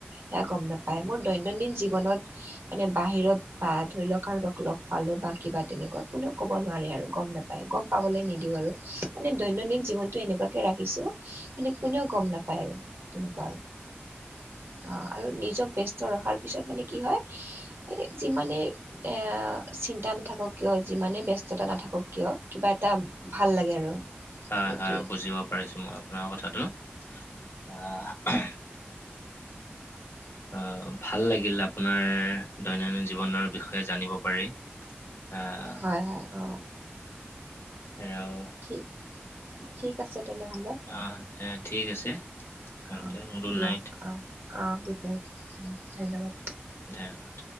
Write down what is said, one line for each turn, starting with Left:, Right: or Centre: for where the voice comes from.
Right: সেয়া গম নাপায়, মোৰ দৈন- দৈনন্দিন জীৱনত মানে বাহিৰত বা ধৰি লওক কাৰোবাক লগ পালো বা কিবা তেনেকুৱা কোনো- ক'ব নোৱাৰে আৰু গম নাপায় গম পাবলৈ নিদিওঁ, আৰু মানে দৈনন্দিন জীৱনটো এনেকুৱা- কে ৰাখিছো, মানে কোনেও গম নাপায় আৰু তেনেকুৱা আৰু। অঁ আৰু নিজক ব্যস্ত ৰখাৰ পিছত মানে কি হয়, এই যিমানে- এ চিন্তা নাথাকক কিয় যিমানে ব্যস্ততা নাথাকক কিয়? কিবা এট- টা ভাল লাগে আৰু।
Left: হয়
Right: সেইটোৱে
Left: হয় বুজিব পাৰিছোঁ মই আপোনাৰ কথাটো, আঁ-
Right: <inaudible>
Left: অঁ ভাল লাগিল আপোনাৰ দৈনন্দিন জীৱনৰ বিষয়ে জানিব পাৰি। আঁ-
Right: হয় হয় হয়, অঁ।
Left: এঁ অঁ।
Right: ঠিক। ঠিক আছে তেনেহলে,
Left: আহ, তে- ঠিক আছে, তেন্তে
Right: অঁহ
Left: গুড
Right: দিয়ক
Left: নাইট।
Right: অঁ। অঁ গুড নাইট, ধন্যবাদ।
Left: ধন্যবাদ।